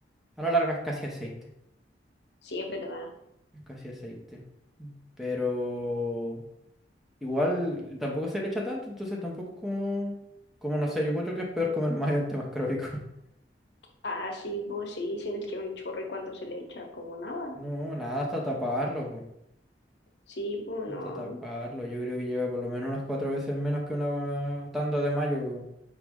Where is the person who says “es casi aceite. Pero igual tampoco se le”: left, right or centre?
Centre